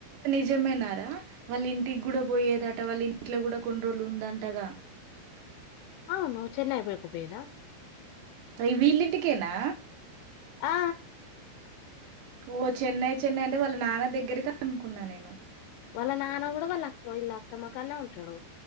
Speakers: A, on the right; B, on the left.
A: నిజమే నారా వాళ్ళ ఇంటికి కూడా పోయేదట వాళ్ళ ఇంట్లో కూడా కొన్ని రోజులు ఉందంటగా
B: అవును చెన్నై వైపు పైదా
A: అ వి వీళ్ళింటికేనా
B: ఆ
A: ఓ చెన్నై చెన్నై అంటే వాళ్ళ నాన్న దగ్గరకి అనుకున్నా నేను
B: వాళ్ళ నాన్న కూడా వాళ్ళ అ వీళ్ళ అత్తమ్మ కానే ఉంటాడు